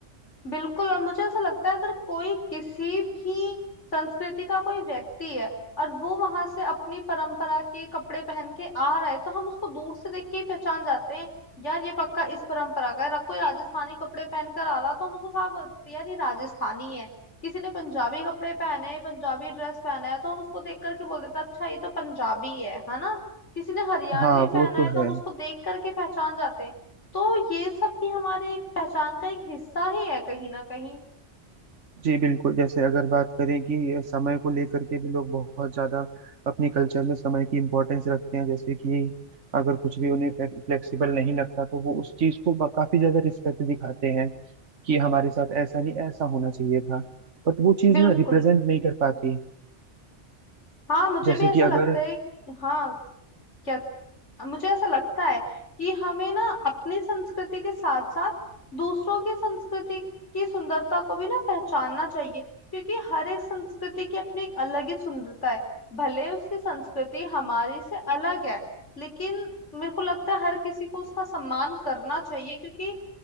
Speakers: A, on the left; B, on the right.
A: बिल्कुल और मुझे ऐसा लगता है अगर कोई किसी भी संस्कृति का कोई व्यक्ति है और वो वहां से अपनी परंपरा के कपड़े पहन के आ रहा है तो हम उसको दूर से देख के ही पहचान जाते हैं यार ये पक्का इस परंपरा का है रा- कोई राजस्थानी कपड़े पहन कर आ रहा तो हम उसको साफ बोलते हैं यार ये राजस्थानी है किसी ने पंजाबी कपड़े पहने हैं पंजाबी ड्रेस पहना है तो हम उसको देख करके बोल देते हैं अच्छा ये तो पंजाबी है है ना किसी ने हरियाणवी
B: हाँ
A: पहना
B: वो तो
A: है तो
B: है
A: हम उसको देख करके पहचान जाते हैं तो ये सब भी हमारे एक पहचान का एक हिस्सा ही है कहीं ना कहीं
B: जी बिल्कुल जैसे अगर बात करें कि ये समय को लेकर के भी लोग बहुत ज्यादा अपने कल्चर में समय की इम्पोर्टेंस रखते हैं जैसे कि अगर कुछ भी उन्हें फ्लेक्सिबल नहीं लगता तो वो उस चीज को बा- काफी ज्यादा रिस्पेक्ट दिखाते हैं कि हमारे साथ ऐसा नहीं ऐसा होना चाहिए था बट वो चीज
A: बिल्कुल
B: ना रिप्रेजेंट नहीं कर पाती
A: हाँ मुझे
B: जैसे
A: भी ऐसा
B: कि
A: लगता
B: अगर
A: है हाँ क्या मुझे ऐसा लगता है कि हमें ना अपनी संस्कृति के साथ साथ दूसरों की संस्कृति की सुंदरता को भी ना पहचानना चाहिए क्योंकि हर एक संस्कृति की अपनी एक अलग ही सुंदरता है भले उसकी संस्कृति हमारी से अलग है लेकिन मेरे को लगता है हर किसी को उसका सम्मान करना चाहिए क्योंकि